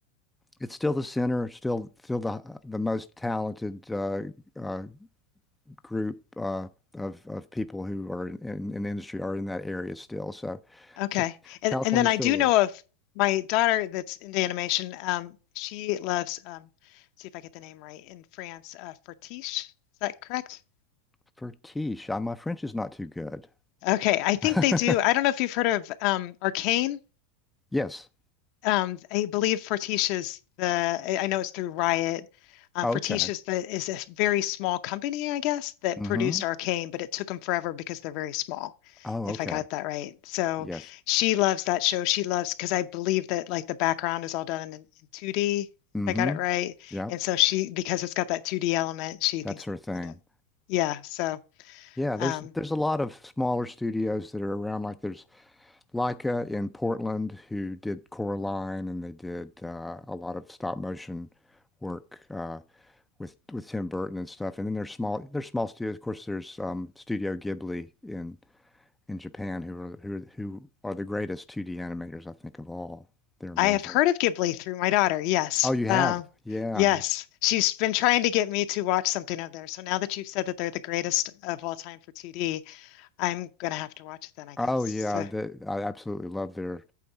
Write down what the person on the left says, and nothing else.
Okay.
And
and then I
do
know of my daughter that's into animation. Um, she loves um, see if I get the name right in France, uh, Fortiche. Is that correct?
Okay, I think
they do. I don't know if you've heard of um, Arcane.
um, I believe Fortitia's the, I I know it's through Riot. Uh,
Fortitia's the, is a very small company, I guess, that
produced Arcane, but it took them forever because they're very small,
if
I got that right. So
she loves that show. She loves, because I believe that like the background is all done in, in 2D,
if I got it right.
And so she, because it's got that 2D element, she
thinks,
you know, yeah. So
um,
I have heard of Ghibli through my daughter. Yes.
Um,
yes. She's been trying to get me to watch something of theirs. So now that you've said that they're the greatest of all time for TD, I'm going to have to watch it then, I guess.
So,